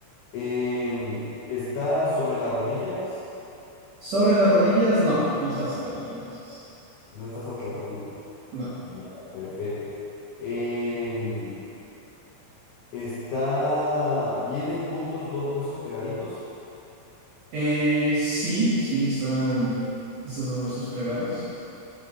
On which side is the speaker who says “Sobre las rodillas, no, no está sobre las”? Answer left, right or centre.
Right